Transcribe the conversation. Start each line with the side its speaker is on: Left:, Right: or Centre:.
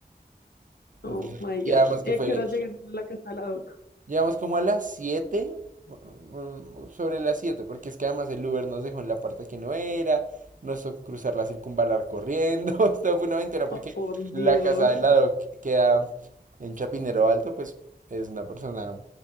Left: Oh
Right: Entonces,
Left: my
Right: y
Left: God.
Right: además que
Left: ¿Y a
Right: fue
Left: qué hora llegaron a la casa de la doc?
Right: Llegamos como a las 7 bueno, sobre las 7 porque es que además el Uber nos dejó en la parte que no era, nos tocó cruzar la circunvalar corriendo, <laughs> esto fue una aventura porque
Left: Oh, por
Right: la
Left: Dios.
Right: casa del lado que queda en Chapinero Alto, pues es una persona...